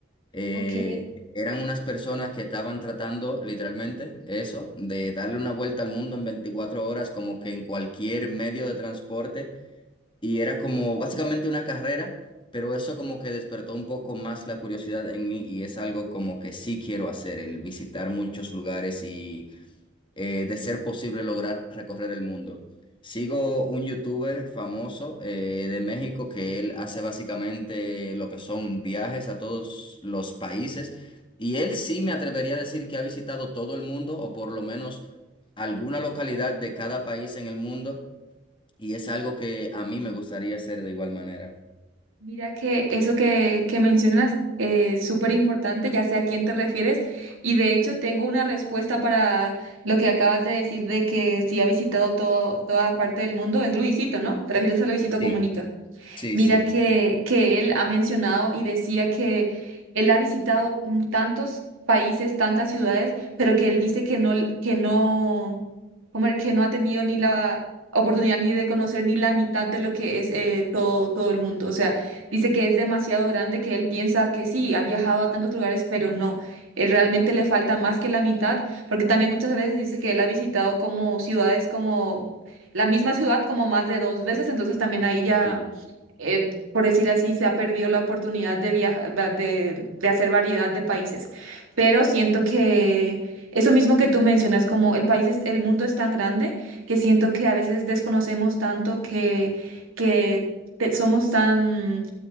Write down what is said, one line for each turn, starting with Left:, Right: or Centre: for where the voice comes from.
Left: Eh,
Right: Ok,
Left: eran unas personas que estaban tratando literalmente eso, de darle una vuelta al mundo en 24 horas, como que en cualquier medio de transporte. Y era como básicamente una carrera, pero eso como que despertó un poco más la curiosidad en mí y es algo como que sí quiero hacer, el visitar muchos lugares y eh, de ser posible lograr recorrer el mundo. Sigo un youtuber famoso eh, de México que él hace básicamente lo que son viajes a todos los países y él sí me atrevería a decir que ha visitado todo el mundo o por lo menos alguna localidad de cada país en el mundo. Y es algo que a mí me gustaría hacer de igual manera.
Right: mira que eso que, que mencionas es súper importante, ya sé a quién te refieres, y de hecho tengo una respuesta para lo que acabas de decir de que si ha visitado todo, toda parte del mundo, es Luisito, ¿no? ¿Te refieres a Luisito Comunica?
Left: Sí, sí,
Right: Mira
Left: sí.
Right: que, que él ha mencionado y decía que él ha visitado mm, tantos países, tantas ciudades, pero que él dice que no, que no, como el que no ha tenido ni la oportunidad ni de conocer ni la mitad de lo que es eh, todo, todo el mundo. O sea, dice que es demasiado grande, que él piensa que sí, ha viajado a tantos lugares, pero no. eh, realmente le falta más que la mitad, porque también muchas veces dice que él ha visitado como ciudades como la misma ciudad como más de dos veces, entonces también ahí ya
Left: Sí,
Right: eh, por decir así, se ha perdido la oportunidad de viajar, de, de hacer variedad de países. Pero siento que eso mismo que tú mencionas, como el país es, el mundo es tan grande que siento que a veces desconocemos tanto que, que te- somos tan